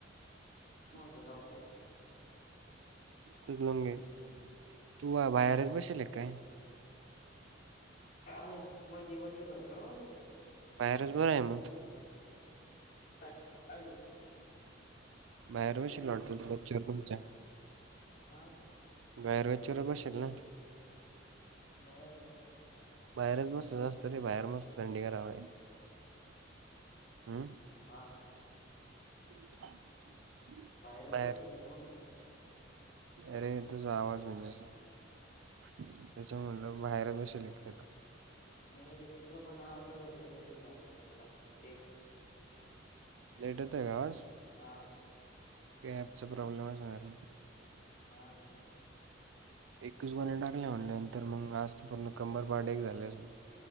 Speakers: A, on the left (about 50°); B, on the right (about 80°).
A: जलावतो
B: <inaudible> तु गोन घे तूवा बाहेरच बसेल काय
A: म <inaudible> मधी बसेले होतो
B: बाहेरच बरं आहे म
A: आ अहिलो
B: बाहेर बशील लढतो <inaudible> तुमच्या
A: हा
B: बाहेर गच्चीवर बसेल ना
A: नाही रे
B: बाहेरच बस चल रे बाहेर मस्त थंडीगार हवा आहे हम्म
A: हा.
B: <unintelligible>
A: बाहेरेच
B: बाहेर
A: बसेल ना <inaudible>
B: अरे, तुझा आवाज येऊन नाय राहिला. त्याच्या म्हणलं बाहेरच <unintelligible> का तू?
A: नाही, रे तुझं पण आवाज येतो इकडे असा थोडा लेट.
B: लेट येतोय का आवाज?
A: हा.
B: ॲपचा प्रॉब्लेम असणार मग तो.
A: हा.
B: एकवीस गोन्या टाकल्या म्हणल्या नंतर, मग आज तर पूर्ण कंबर पाठ एक झाले असेल.